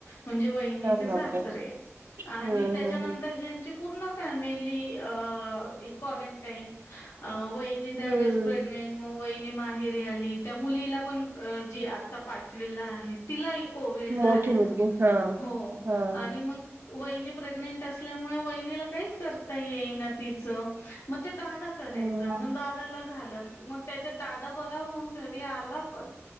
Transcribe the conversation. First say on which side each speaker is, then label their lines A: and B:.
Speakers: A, on the left; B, on the right.
A: म्हणजे वहिनीचे
B: अरे बापरे!
A: सासरे आणि
B: हम्म
A: त्याच्यानंतर
B: हम्म हम्म.
A: ह्यांची पूर्ण फॅमिली, क्वारंटाईन वहिणी
B: हम्म.
A: त्यावेळेस प्रेग्नेंट मग वहिनी माहेरी आली. त्या मुलीला पण जी आता पाचवीला आहे तिला एक कोविड झालेला.
B: मोठी मुलगी हा
A: हो
B: हा
A: आणि
B: हा.
A: मंग वहिनी प्रेग्नेंट असल्यामुळे, वहिनीला काहीच करता येईना तिच. मग ते दादा करायचा.
B: हम्म.
A: मग दादाला झाला. मग त्याच्यात दादा बरा होऊन घरी आला पण,